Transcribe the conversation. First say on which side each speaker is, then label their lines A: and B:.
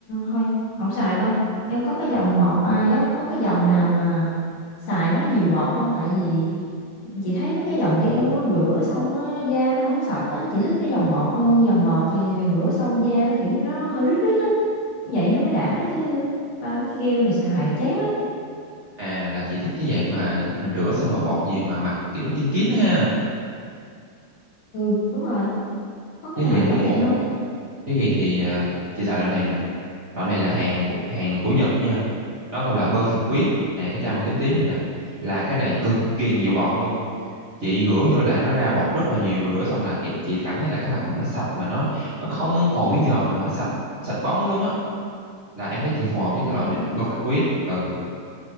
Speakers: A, on the left; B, on the right.
A: thôi không xài đâu em có cái dòng bọt à, giống có cái dòng nào mà xài nó nhiều bọt không tại vì chị thấy mấy cái dòng gel á, rửa xong á, da nó không có sạch á chị thích cái dòng bọt hơn dòng bọt thì à, rửa xong da nó kiểu như nó hơi rít rít á vậy nó mới đã chứ ba mấy cái gel này xài chán lắm
B: À là chị thích cái dạng mà mình rửa xong mà bọt nhiều mà mặt kiểu nó kinh kít đó ha.
A: ừ đúng rồi có cái
B: Như
A: nào
B: vậy
A: giống
B: thì
A: vậy không á
B: Nếu vậy thì à, chị xài loại này nè. Loại này là hàng của, hàng của Nhật nha. Nó gọi là Perfect Whip. Nè cái chai màu tím tím này nè. Là cái này cực kỳ nhiều bọt luôn. chị rửa vô là nó ra bọt rất là nhiều và rửa xong là chị, chị cảm thấy là cái mặt mình nó sạch mà nó nó không còn miếng nhờn nào mà nó sạch sạch bóng luôn á là em thấy chị phù hợp
A: À,
B: với
A: vậy
B: cái loại này
A: hả?
B: là Perfect Whip ừ